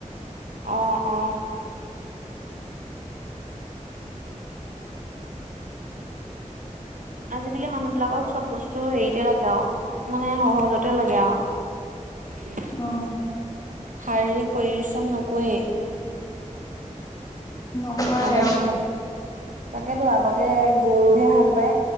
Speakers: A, on the right (about 80°); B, on the left (about 30°).
A: অ, অ। আজিকালি মানুহ বিলাকক চব বস্তু হেৰিতে লাগে আও মানে সহজতে লাগে আও। <unintelligible>
B: উম
A: শাৰীৰিক পৰিশ্ৰম নকৰেই।
B: নকৰে
A: আগতে,
B: অ',
A: তাকেতো আগতে গৰুহে হাল বায়।